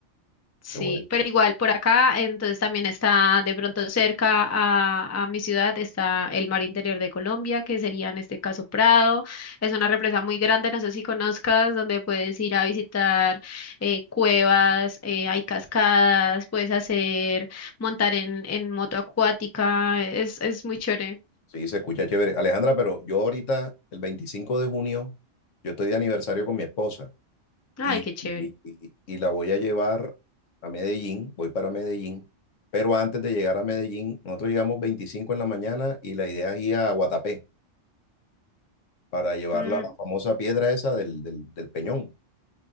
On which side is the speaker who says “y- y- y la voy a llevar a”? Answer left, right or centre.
Left